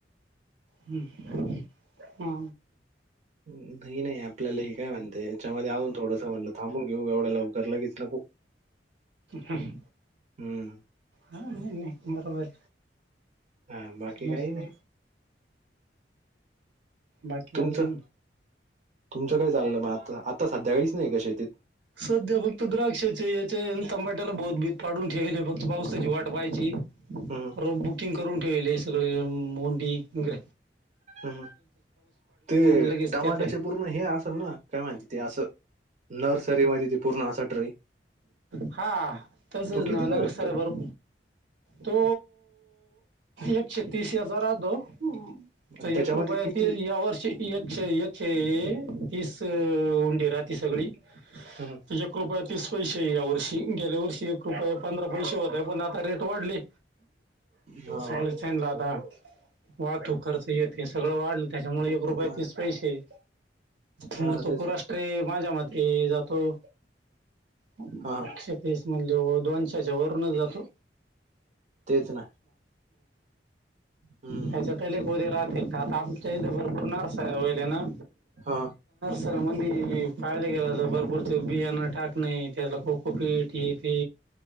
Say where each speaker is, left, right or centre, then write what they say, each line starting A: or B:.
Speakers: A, on the right; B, on the right.
A: हम्म हा
B: नाही नाही आपल्याला हे काय म्हणत याच्यामध्ये आऊन थोडंस म्हणल थांबून घेऊ एवढ्या लवकर लगेच नको..
A: ह
B: हम्म.
A: नाही बरोबर...
B: हा
A: आहे.
B: बाकी काही
A: नसतं.
B: नाही...
A: बाकीक
B: तुमचं
A: आजून...
B: तुमचं काय चालं म आता आता सध्या काहीच नाही का शेतीत...
A: सध्या फक्त द्राक्षाचे... ते तंबाट्याला बोधबीत पाडून ठेवल हे फक्त पाऊसाची वाट पाहायची
B: हं,
A: र बुकिंग करून.. वलेसग म मोडी इर
B: हम् ह ते
A: लगेच
B: टमाट्याचे
A: त्यात आहे.
B: पूर्ण हे असेल ना काय माहिती ते असं... नर्सरीमध्ये त ती पूर्ण असा ट्रे...
A: हा तसच
B: तो
A: ना
B: कितीला
A: नर्सर
B: भेटतो?
A: आहे बरोर तो... एकशे तीस हेचा राहतो...
B: आणि
A: तर
B: त्याच्यामध्ये
A: एक रुपया
B: किती
A: ती या वर्ष एकशे एकशे तीस उंडी रा... ती सगळी
B: हं,
A: तुझ्या कृपया तीस पैसे यावर... वर्षी गेल्या वर्षी एक रुपये पंधरा पैसे होते पण आता रेट वाढली...
B: हां.
A: सगलेन राता.. वाहतूक खर्च येत हे सगळं वाढलं त्याच्यामुळे एक
B: मग
A: रुपये तीस पैसे...
B: हां
A: म
B: ना तेच
A: पुरा ट्रे माझा मते... ते जातो म्हणल
B: हां, हां.
A: दोनशे पीस म्हंटल्यावर त्याच्यावरूनच जातो..
B: तेच ना. हं,
A: त्याच्या तलेक उदे राहतील का आता आमच्या इथे भरपूरणारसा वयले ना...
B: हा...
A: सर मंद पाळळेले गेला बर बरते बिया ना टाक नाही. खो खो पेट येथे